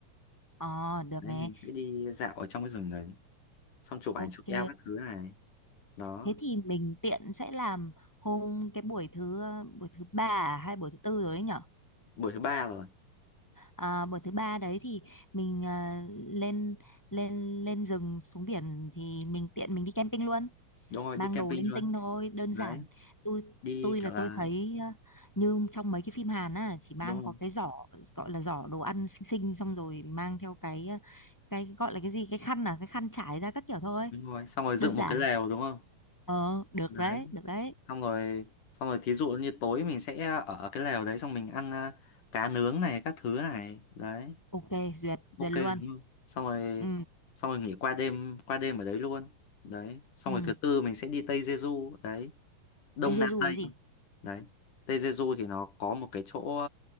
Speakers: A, in the centre; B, on the left.
A: Ờ, được
B: Đấy
A: nè.
B: mình sẽ đi dạo ở trong cái rừng đấy, xong chụp
A: Ok.
B: ảnh chụp eo các thứ này. Đó,
A: Thế thì mình tiện sẽ làm hôm cái buổi thứ buổi thứ ba à, hay buổi thứ tư rồi ấy nhỉ?
B: buổi thứ ba rồi.
A: À, buổi thứ ba đấy thì mình à, lên lên lên rừng xuống biển thì mình tiện mình đi camping luôn
B: Đúng rồi,
A: mang
B: đi camping
A: đồ linh
B: luôn.
A: tinh thôi đơn
B: Đấy,
A: giản tôi
B: đi
A: tôi
B: kiểu
A: là
B: là
A: tôi thấy à, như trong mấy cái phim Hàn á chỉ mang
B: đúng rồi,
A: có cái giỏ gọi là giỏ đồ ăn xinh xinh xong rồi mang theo cái à, cái gọi là cái gì cái khăn à cái khăn trải ra các kiểu thôi
B: đúng rồi. Xong rồi
A: đơn
B: dựng
A: giản
B: một cái lều đúng không?
A: ờ được
B: Đấy,
A: đấy được đấy
B: xong rồi xong rồi thí dụ như tối mình sẽ ở cái lều đấy xong mình ăn à, cá nướng này các thứ này. Đấy.
A: ok duyệt
B: ok
A: duyệt luôn
B: đúng không xong rồi
A: ừ
B: xong rồi nghỉ qua đêm qua đêm ở đấy luôn đấy xong
A: ừ
B: rồi thứ tư mình sẽ đi Tây Jeju đấy Đông
A: Tây Jeju
B: Nam Tây
A: có gì
B: đấy Tây Jeju thì nó có một cái chỗ